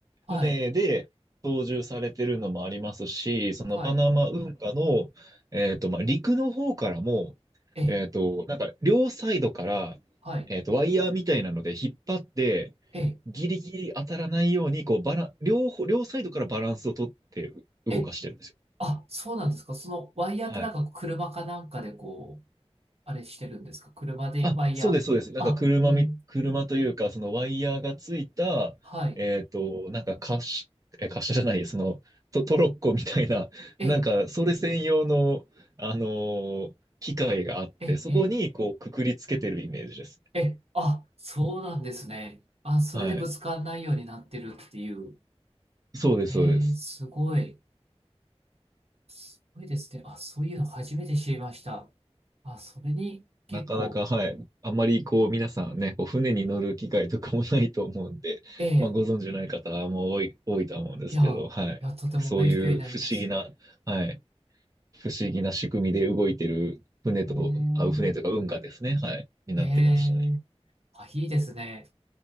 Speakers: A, on the right; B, on the right.
A: はい、
B: 船で操縦されてるのもありますし、そのパナマ運河の、
A: はい、
B: えっと、まあ、陸の方からも、
A: えー、
B: えっと、なんか、両サイドから、
A: はい、
B: えっと、ワイヤーみたいなので引っ張って、
A: え
B: ギリギリ当たらないように、こう、バラン、両方、両サイドからバランスをとって動かしてるんですよ。
A: ー、えー、あ、そうなんですか。そのワイヤーってなんか車かなんかでこう、
B: はい
A: あれしてるんですか。車でワイヤー。
B: あ、そうです、そうです。なんか車み、
A: あ、えー、
B: 車というか、そのワイヤーがついた、
A: はい、
B: えっと、なんか滑車、え、滑車じゃない、その、ト、トロッコみたいな、
A: え
B: なんか、それ専用の、あのー機械があって、
A: ー、えー、
B: そこに、
A: え
B: こう、くくりつけてるイメージですね。
A: ー、えー、あ、そうなんですね。あ、それでぶつかんないようになってるっていう。
B: はい。そうです、
A: えー、
B: そうです。
A: すごい。すごいですね。あ、そういうの初めて知りました。あ、それに結構。
B: なかなか、はい。あんまり、こう、皆さんね、こう船に乗る機会とかもないと思うんで、
A: ええ、
B: まあ、ご存知ない方も多い、多いとは思うんですけど、
A: いや、
B: はい。
A: いや、とても勉強になります。
B: そういう不思議な、はい。不思議な仕組みで動いてる船と、
A: え
B: あ、船とか運河ですね。はい。になってましたね。
A: え、ええ、あ、いいですね。